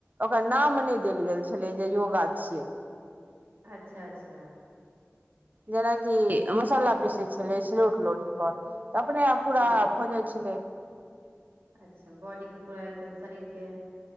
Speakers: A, on the right; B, on the right.
A: ओकर नाम ने देल गेल छलै जे योगा छियै
B: अच्छा अच्छा
A: जेनाकि मसाला पीसे छलै सिलौट लोढ़ी पर त अपने आप पूरा
B: जी
A: भजइै छलै
B: अच्छा बॉडीके पूरा एकदम शरीरके